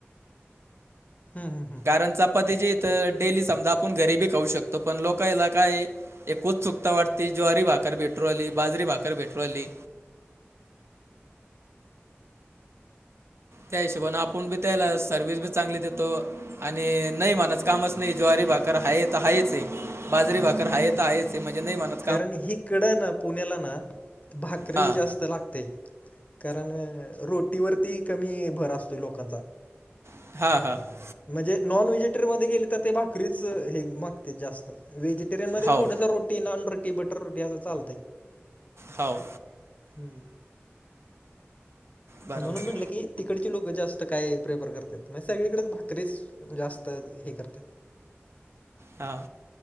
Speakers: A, on the left; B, on the right.
A: हम् हम.
B: कारण चपाती जेइथ डेली समजा आपण घरीबी खहू शकतो पण लोकयला काय. एक उत्सुकता वाटती ज्वारी भाकर भेटू राली बाजरी भाकर भेटू राली. त्या हिशोबान आपण बी त्याला सर्विस बी चांगली देतो. आणि नाही माणस कामच नाही ज्वारी भाकर हायेत आहेाच आहे बाजरी
A: हम्म
B: भाकर हायेत आहेच. ते म्हणजे नाही मानत.
A: कारण हिकडं ना, पुण्याला ना भाकरी
B: हां
A: जास्त लागते. कारण रोटीवरती, कमी भर असतोय लोकांचा.
B: <inaudible>
A: म्हणजे नॉन व्हेजिटेरी मध्ये गेले तर ते भाकरीच हे मागते जास्त. व्हेजिटेरियन मध्ये
B: हो
A: थोडस रोटी नाॅन, रोटी बटर रोटी असं चालतंय.
B: हाव.
A: <inaudible>
B: बरोबर
A: म्हणून
B: आहे
A: म्हणलं की. तिकडचे लोकं जास्त काय प्रेफर करत्यात, म्हणजे सगळीकडेच भाकरीच जास्त हे करतात.
B: हां.